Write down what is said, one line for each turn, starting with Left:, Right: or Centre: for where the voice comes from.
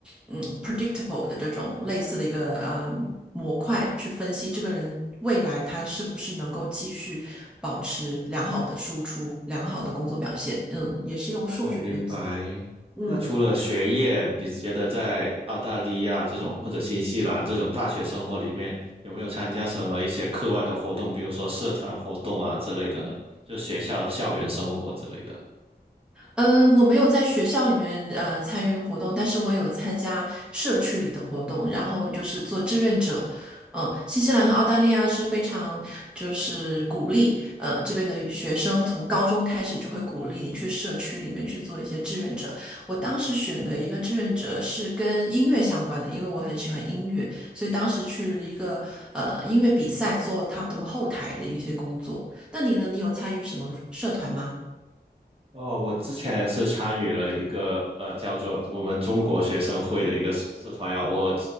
Centre: 嗯 predictable 的这种类似的一个呃模块去分析这个人未来他是不是能够继续保持良好的输出、良好的工作表现。嗯，也是用数据分析。
Right: 哦，明白。
Centre: 嗯。
Right: 那除了学业，你觉得在澳大利亚这种或者新西兰这种大学生活里面，有没有参加什么一些课外的活动，比如说社团活动啊之类的呢？就学校校园生活之类的。
Centre: 嗯，我没有在学校里面呃参与活动，但是我有参加社区里的活动，然后就是做志愿者。嗯，新西兰和澳大利亚是非常就是鼓励呃这边的学生从高中开始就会鼓励你去社区里面去做一些志愿者。我当时选的一个志愿者是跟音乐相关的，因为我很喜欢音乐，所以当时去了一个呃音乐比赛做他们后台的一些工作。那你呢？你有参与什么社团吗？
Right: 哦，我之前是参与了一个呃叫做我们中国学生会的一个社团呀，我